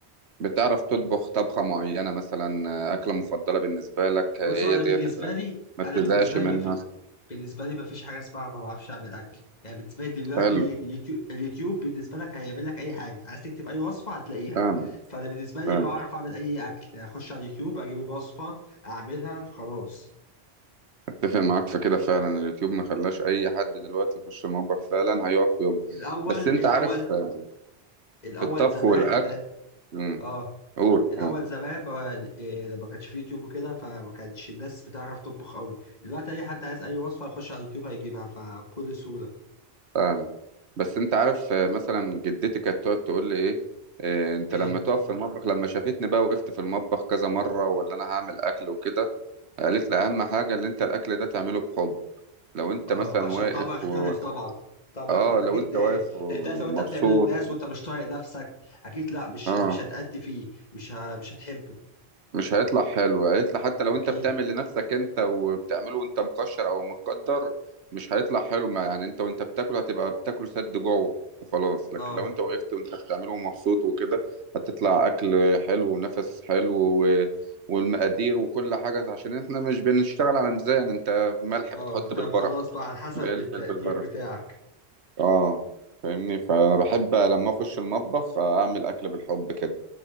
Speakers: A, on the right (about 80°); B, on the left (about 40°).
A: بتعرف تطبخ طبخة معينة مثلا آه، أكلة مفضلة بالنسبة لك آه،
B: بص
A: هي
B: هو انا
A: ديت
B: بالنسبه
A: اللي
B: لي
A: ما
B: انا
A: بتزهقش
B: بالنسبه
A: منها
B: لي مفيش بالنسبة لي مفيش حاجة اسمها ما بعرفش أعمل أكل يعني بالنسبة لي دلوقتي
A: حلو
B: اليوتيوب اليوتيوب بالنسبة لك هيعمل لك أي حاجة عايز تكتب أي وصفة هتلاقيها
A: فعلا
B: فأنا بالنسبة لي
A: فعلا
B: بعرف أعمل أي أكل يعني أخش على اليوتيوب أجيب الوصفة أعملها فخلاص
A: أتفق معاك في كده فعلا اليوتيوب ما خلاش أي حد دلوقتي يخش المطبخ فعلا هيقف ويب
B: الأول
A: بس أنت
B: الأول
A: عارف آه،
B: الأول
A: في الطبخ
B: زمان
A: والأكل مم،
B: آه
A: قول
B: الأول
A: قول
B: زمان ما- إيه، لما كانش فيه يوتيوب وكده فما كانش الناس بتعرف تطبخ أوي دلوقتي أي حد عايز أي وصفة يخش على اليوتيوب هيجيبها فبكل سهولة
A: فعلا بس أنت عارف آه، مثلا جدتي كانت تقعد تقول لي إيه آه، انت
B: إيه؟
A: لما تقف في المطبخ لما شافتني بقى وقفت في المطبخ كذا مره واللي انا هعمل اكل وكده قالت لي اهم حاجه اللي انت الاكل ده تعمله بحب لو انت
B: اه
A: مثلا
B: عشان
A: واقف
B: طبعا يختلف
A: و...
B: طبعا طبعا
A: اه
B: يختلف اكيد
A: لو انت
B: آه،
A: واقف ومبسوط
B: تختلف لو انت بتعمله للناس
A: و...
B: وانت مش طايق نفسك اكيد لا مش
A: اه
B: مش هتأدي فيه مش ه... مش هتحبه
A: مش هيطلع حلو هيطلع حتى لو
B: اكيد
A: انت بتعمل لنفسك انت وبتعمله وانت مكشر او متقدر مش هيطلع حلو ما يعني انت وانت بتاكل هتبقى بتاكل سد جوع وخلاص
B: اه
A: لكن لو انت وقفت وانت بتعمله ومبسوط وكده هتطلع اكل حلو ونفس حلو و... والمقادير وكل حاجة عشان احنا مش بنشتغل على ميزان انت ملح
B: اه
A: بتحط
B: انت
A: بالبركة
B: خلاص بقى على حسب
A: فلفل
B: التقدير
A: بالبركة
B: بتاعك
A: اه فاهمني فانا بحب لما اخش المطبخ اعمل اكل بالحب كده